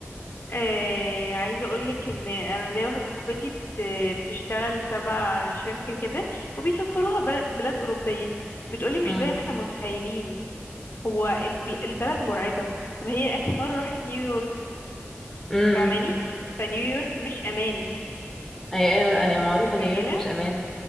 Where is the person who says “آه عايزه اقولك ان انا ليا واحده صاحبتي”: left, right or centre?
Left